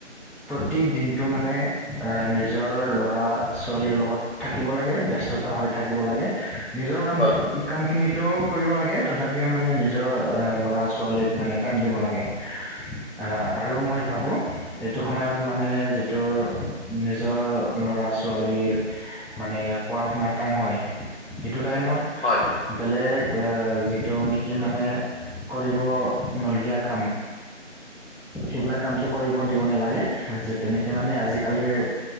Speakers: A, in the centre; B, on the left.
A: প্ৰতিদিনটো মানে আহ নিজৰ ল'ৰা ছোৱালীৰ লগত থাকিব লাগে ব্যস্ততা হৈ থাকিব লাগে। নিজৰ
B: হয়,
A: কাম,
B: হয়, হয়, হয়, হয়,
A: কাম খিনিতোও কৰিব লাগে তথাপিও মানে নিজৰ ল'ৰা-ছোৱালীক মানে টাইম দিব লাগে অ আৰু মই ভাবো এইটো সময়ত মানে যে তোৰ নিজৰ ল'ৰা-ছোৱালীৰ মানে পঢ়া-শুনাৰ টাইম হয়, সেইটো টাইমত
B: হয়।
A: বেলেগ যিটো নেকি মানে কৰিব নলগীয়া কাম সেইবিলাক কামতটো কৰিব দিব নালাগে। যিটো নেকি মানে আজি আজিকালিৰ